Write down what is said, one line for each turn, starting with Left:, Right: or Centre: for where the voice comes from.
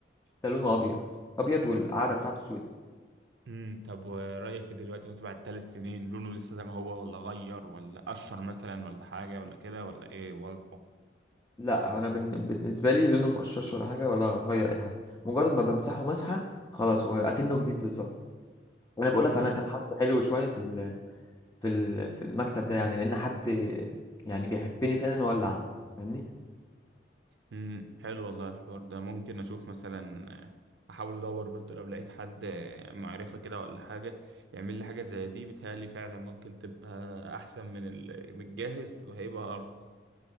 Left: ده لونه ابيض ابيض والقعده بتاعته سودة
Right: امم طب ورأيك في دلوقتي مثلا بعد ثلاث سنين لونه لسه زي ما هو ولا غير ولا قشر مثلا ولا حاجة ولا كده ولا ايه وضعه
Left: لا انا بن- بالنسبه لي لونه مقشرش ولا حاجه ولا غير اي حاجه مجرد ما بمسحه مسحه خلاص هو اكنه جديد بالظبط انا بقول لك
Right: امم
Left: انا كان حظي حلو شويه في ال... في ال... في المكتب ده يعني لان حد يعني بيحبني فعلا هو اللي عمل فاهمني
Right: امم حلو والله الحوار ده ممكن اشوف مثلا آه، احاول ادور برضه لو لقيت حد آه، معرفة كده ولا حاجة يعمل لي حاجة زي دي بيتهيألي فعلا ممكن تبقى احسن من ال- من الجاهز وهيبقى ارخص